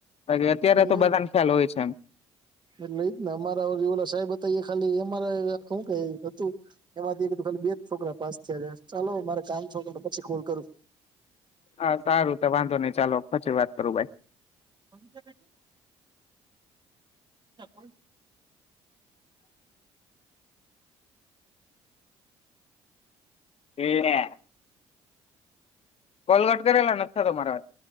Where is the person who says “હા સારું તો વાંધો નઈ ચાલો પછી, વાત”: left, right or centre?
Left